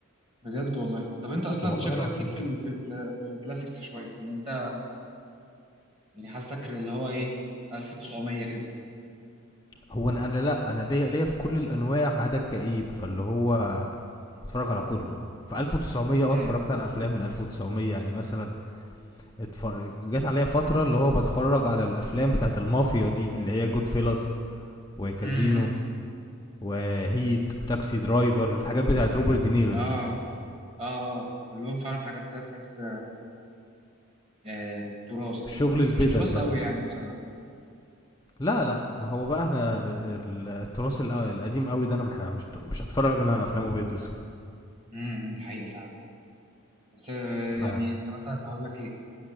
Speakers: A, on the right (about 25°); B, on the left (about 20°).
A: بجد والله طب انت اصلا
B: والله
A: شكلك
B: العظيم
A: ليك في ال في ال في الكلاسيكس شويه يعني انت يعني حاسك اللي هو ايه 1900 كده
B: هو انا انا لا انا ليا ليا في كل الانواع ما عدا الكئيب فاللي هو اتفرج على كله في 1900 اه
A: امم
B: اتفرجت على افلام من 1900 يعني مثلا اتفرج جت عليا فترة اللي هو بتفرج على الأفلام بتاعت المافيا دي اللي هي جود فيلس وكازينو
A: امم
B: وهيت وتاكسي درايفر الحاجات بتاعت روبرت دينيرو
A: اه
B: دي
A: اه اه كلهم فعلا حاجات كده تحس آه تراث
B: الشغل
A: بس
B: البدل
A: مش تراث
B: ده
A: قوي يعني بصراحه
B: لا لا ما هو بقى انا التراث الق- القديم قوي ده انا مح- مش مش هتفرج انا على افلام ابيض واسود
A: امم الحقيقه فعلا بس آه
B: ف
A: يعني انت مثلا هقول لك ايه